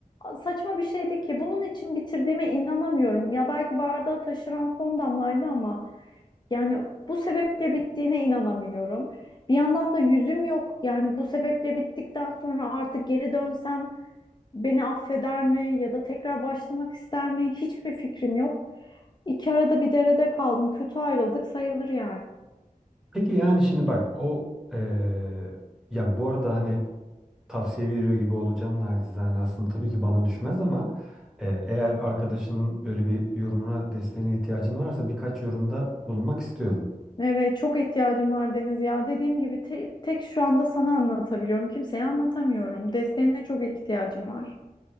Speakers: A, on the left (about 30°); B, in the centre.
A: saçma bir şeydi ki bunun için bitirdiğime inanamıyorum. Ya belki bardağı taşıran son damlaydı ama yani bu sebeple bittiğine inanamıyorum. Bir yandan da yüzüm yok. Yani bu sebeple bittikten sonra artık geri dönsem beni affeder mi ya da tekrar başlamak ister mi? Hiçbir fikrim yok. İki arada bir derede kaldım. Kötü ayrıldık sayılır yani.
B: Peki yani şimdi bak o eee, yani bu arada hani tavsiye veriyor gibi olacağım naçizane aslında tabii ki bana düşmez ama eee, eğer arkadaşının böyle bir yorumuna desteğine ihtiyacın varsa birkaç yorumda bulunmak istiyorum.
A: Evet, çok ihtiyacım var Deniz ya. Dediğim gibi te- tek şu anda sana anlatabiliyorum. Kimseye anlatamıyorum. Desteğine çok ihtiyacım var.